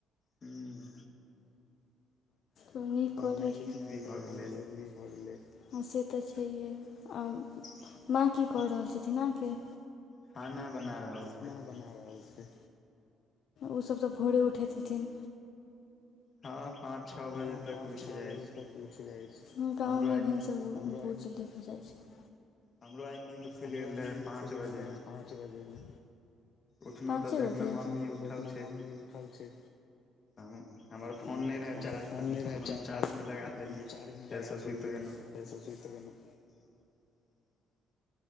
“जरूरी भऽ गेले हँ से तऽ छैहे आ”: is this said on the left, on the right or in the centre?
Left